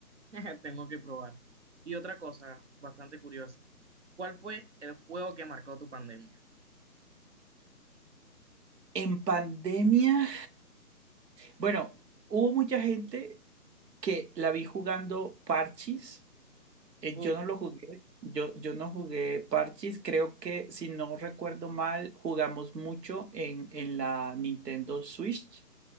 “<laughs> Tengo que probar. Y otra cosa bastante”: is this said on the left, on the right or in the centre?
Right